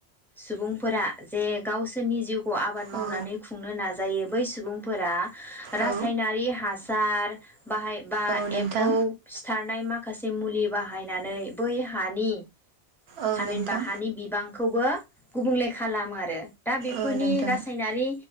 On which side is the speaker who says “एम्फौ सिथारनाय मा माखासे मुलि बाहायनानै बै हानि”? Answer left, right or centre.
Centre